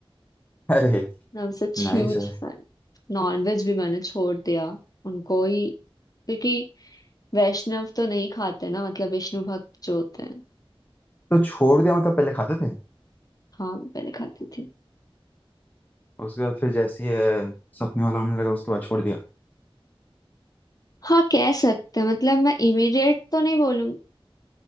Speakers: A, on the left; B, on the left.
A: अरे
B: मैं सच
A: नाइस
B: ह्यूज
A: है
B: फैन नॉनवेज भी मैंने छोड़ दिया उनको ही क्योंकि वैष्णव तो नहीं खाते ना मतलब विष्णु भक्त जो होते हैं
A: तो छोड़ दिया मतलब पहले खाते थे
B: हाँ मैं पहले खाती थी
A: उसके बाद फिर जैसे ही अ, सपने वाला होने लगा उसके बाद छोड़ दिया
B: हाँ कह सकते हैं मतलब मैं इमीडिएट तो नहीं बोलूं